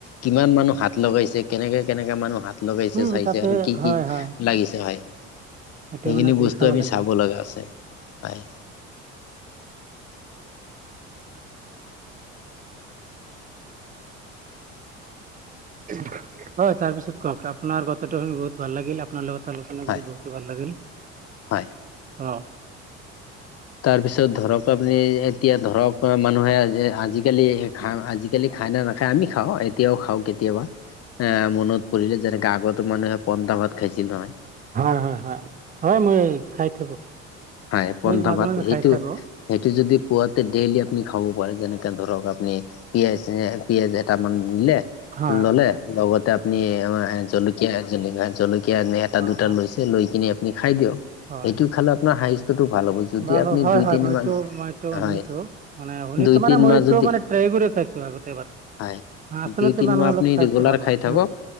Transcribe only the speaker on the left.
কিমান মানুহ হাত লগাইছে কেনেকে-কেনেকে মানুহ হাত লগাইছে,
চাইছে
আৰু কি-কি
লাগিছে হয়।
সেইখিনি
বস্তুএ
আমি
চাব লগা আছে হয়।
হয়
হয়
তাৰপিছত ধৰক আপনি এতিয়া ধৰক মানুহে আজিকালি ঘা আজিকালি খাই না নাখায় আমি খাওঁ, এতিয়াও খাওঁ কেতিয়াবা। এ মনত পৰিলে যেনেকা আগতো মানুহে পনতা ভাত খাইছিল হয়।
হয় পন্থা
ভাত
সেইটো
সেইটো যদি পুৱাতে ডেইলি আপুনি খাব পাৰে যেনেকে ধৰক আপনি পিয়াজে পিয়াজ এটামান দিলে
ললে, লগতে আপুনি এ জলকীয়া -জলকীয়া -জলকীয়া এটা
দুটা
লৈছে লৈ কিনি আপনি খাই দিয়ক
এইটো খালে আপোনাৰ হাহিষ্ট্যটো ভাল হ'ব যদি
আপুনি
দুই
তিনি
মাহ
হয়
দুই
তিনি
মাহ যদি
হয়
দুই তিনি
মাহ
আপুনি
ৰেগুলাৰ
খাই
থাকক